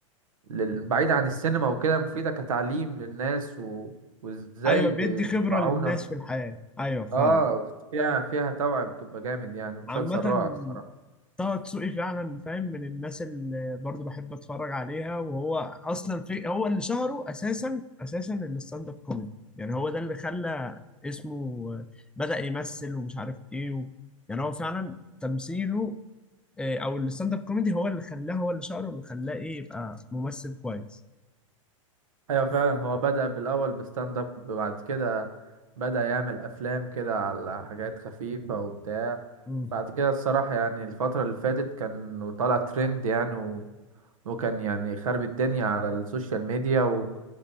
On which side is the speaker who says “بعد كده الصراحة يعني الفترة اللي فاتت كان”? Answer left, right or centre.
Right